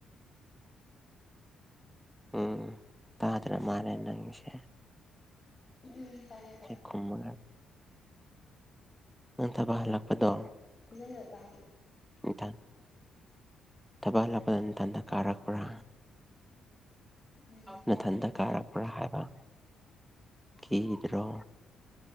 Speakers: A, in the centre; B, on the left.
A: ꯎꯝ ꯇꯗ꯭ꯔ ꯃꯥꯔꯦ ꯅꯪꯁꯦ
B: ꯎꯝ ꯇꯥꯏꯦ ꯇꯥꯏ
A: ꯈ ꯃꯦ ꯅꯪꯊꯕ ꯍꯜꯂꯛꯄꯗꯣ
B: ꯈꯜꯅ ꯆꯥꯗ
A: ꯏꯊꯪ ꯊꯕꯛꯍꯜꯂꯛꯄꯗꯇꯟꯗ
B: ꯍꯥ
A: ꯀꯥꯔꯛꯄ꯭ꯔꯥ
B: ꯎꯝ
A: ꯃꯊꯟꯇ ꯀꯥꯔꯛꯄ꯭ꯔꯥ ꯍꯥꯏꯕ ꯀꯤꯗ꯭ꯔꯣ